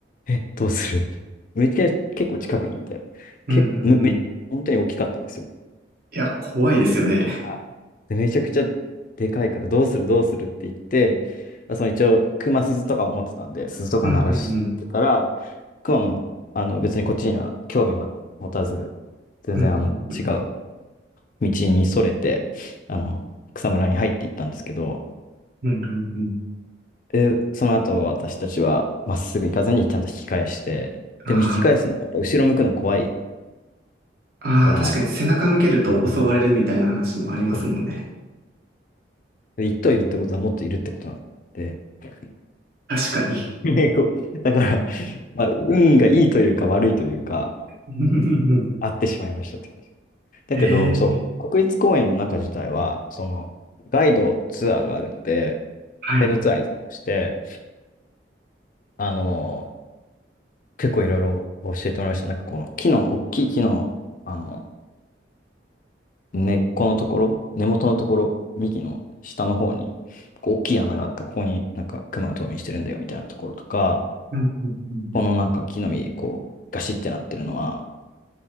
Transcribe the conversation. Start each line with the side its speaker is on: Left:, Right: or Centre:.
Left: え、どうするって。めっちゃ結構近くにいて、
Right: うん、
Left: 結構、
Right: うん、
Left: め、
Right: うん。
Left: め、本当に大きかったんですよ。
Right: いや、怖いですよね。
Left: はいで、めちゃくちゃでかいから、どうするどうするって言って、あその一応、熊鈴とかを持ってたんで、鈴とか鳴らしてたら、
Right: うん、うん、うん。
Left: 熊も、あの、別にこっちには興味は持たず、全然、
Right: うん、
Left: あの、
Right: うん、
Left: 違う道にそれて、あの、草むらに入っていったんですけど、
Right: うん、うんうん。
Left: で、その後私たちはまっすぐ行かずにちゃんと引き返して、
Right: あ
Left: でも引き返すのまた後ろ向くの怖い
Right: あ。
Left: から、
Right: ああ、確かに背中向けると襲われるみたいな話もありますもんね。
Left: そうそうそう。そうで一頭いるってことはもっといるってことなんで、<laughs>
Right: 確かに。<laughs>
Left: ねこうだから、まあ、運がいいというか悪いというか、
Right: うんうんうん
Left: あってしまいましたって感じ。だけど、
Right: ええ
Left: そう、国立公園の中自体は、その、ガイドツアーがあるので、
Right: はい。
Left: ガイドツアーに参加して、あの、結構いろいろ教えてもらいました。なんかこの木の、大きい木の、あの、根っこのところ、根元のところ、幹の下の方に、こう大きい穴があった、ここになんか熊が冬眠してるんだよみたいなところとか、
Right: うんうんうん
Left: このなんか木の実、こう、ガシってなってるのは、